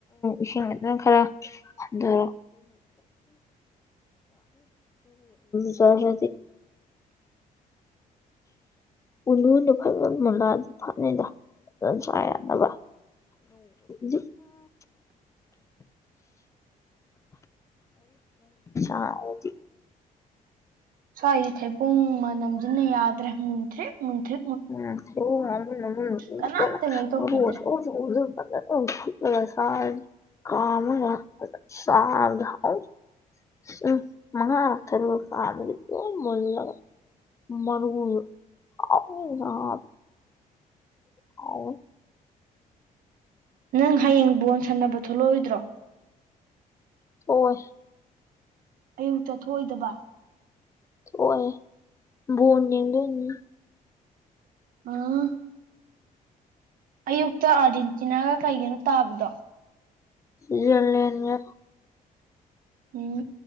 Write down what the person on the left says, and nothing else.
ꯏꯁꯤꯡ ꯑꯗꯨꯅ ꯈꯔ ꯔ ꯄꯗꯔꯗꯤ꯫ ꯎꯂꯨꯗ ꯐꯖꯅ ꯃꯨꯂꯥꯗ ꯊꯠꯅꯩꯗ ꯐꯖꯅ ꯆꯥ ꯌꯥꯅꯕ ꯗꯤ ꯑ <unintelligible>
<unintelligible>
<unintelligible> ꯎꯝ ꯃꯥꯉ ꯈꯔ ꯐ ꯀ ꯂ ꯃꯔꯔ ꯑ ꯑ
ꯊꯣꯛ ꯑꯣꯏ
ꯑꯣꯏ ꯕꯣꯟ ꯌꯦꯪꯗꯣꯏꯅꯦ
ꯂꯩꯂ